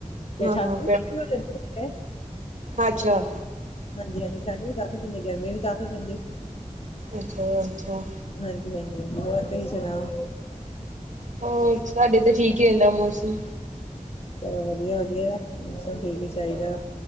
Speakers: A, on the left; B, on the right.
A: ਤੇ
B: ਹਾਂ
A: ਠੰਡ
B: ਹਾਂ,
A: ਵੀ ਕਾਫੀ ਹੋ ਜਾਂਦੀ ਹੈ
B: ਅੱਛਾ
A: ਹਾਂਜੀ ਹਾਂਜੀ, ਠੰਢ ਵੀ ਕਾਫ਼ੀ ਪੀਦੀ ਗਰਮੀ ਵੀ ਕਾਫ਼ੀ ਪੈਂਦੀ।
B: ਅੱਛਾ-ਅੱਛਾ।
A: ਹਾਂਜੀ -ਹਾਂਜੀ- ਹਾਂਜੀ- ਹੋਰ ਤੁਸੀਂ ਸੁਣਾਓ।
B: ਹੋਰ ਸਾਡੇ ਤੇ ਠੀਕ ਹੀ ਰਹਿੰਦਾ ਮੌਸਮ
A: ਚਲੋ, ਵਧੀਆ-ਵਧੀਆ, ਮੌਸਮ ਠੀਕ ਹੀ ਚਾਹੀਦਾ।